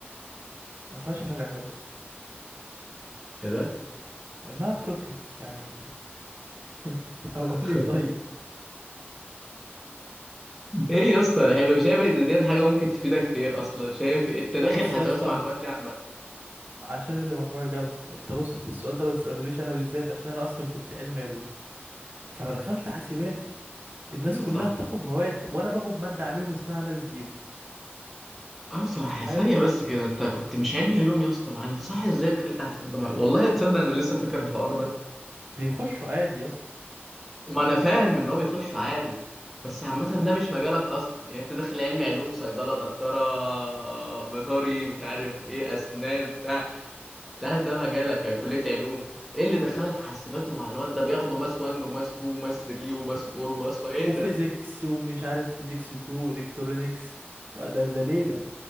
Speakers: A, on the right (about 50°); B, in the centre.
A: ما فيهاش حاجه حلوه
B: كده
A: انها بتخلص يعني <laughs> هقول
B: <laughs>
A: ايه طيب
B: ايه يا اسطى الحلو شايف ان ديت حاجه ممكن تفيدك في ايه اصلا شايف إيه؟ انت داخل
A: بص
B: حاسبات
A: يا اسطى
B: ومعلومات ليه عامه
A: عشان اللي مجموعي جابها انت بص انت السؤال ده ما تسالهوليش انا بالذات عشان انا اصلا كنت علمي علوم فانا دخلت حاسبات الناس
B: ايوه
A: كلها
B: صح
A: بتاخد مواد وانا باخد ماده عليهم اسمها ماس زيرو
B: اه صح ثانية
A: فاهم
B: بس كده انت كنت مش علمي علوم يا اسطى ما انت صح ازاي دخلت حاسبات ومعلومات والله تصدق انا لسه فاكر الحوار ده
A: بيخشوا عادي يا اسطى
B: ما انا فاهم ان هو بيخش عادي بس عامة ده مش مجالك اصلا يعني انت داخل علمي علوم صيدلة دكتورة بيطري مش عارف ايه اسنان بتاع ده ده مجالك كلية علوم ايه اللي دخلك حاسبات ومعلومات ده بياخدوا ماس 1 وماس 2 وماس 3 وماس 4 وماس 5 ايه
A: وفيزيكس
B: ده
A: ومش عارف فيزيكس 2 الكترونيكس وده ده ليله